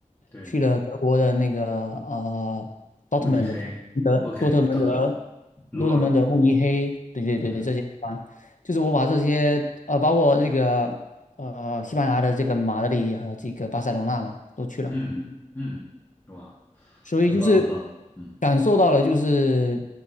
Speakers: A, on the left; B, on the left.
A: 对，
B: 去了德国的那个呃 Dortmund
A: 慕尼黑，OK，
B: 的多特蒙德、
A: 到鲁尔，
B: 多特蒙德、慕尼黑，对对对对，
A: 也，
B: 这些地方，就是我把这些呃，包括这个呃西班牙的这个马德里和这个巴塞罗那嘛，都去了。
A: 嗯嗯，哇，
B: 所以就是
A: 很棒很棒，嗯，
B: 感受到了，就是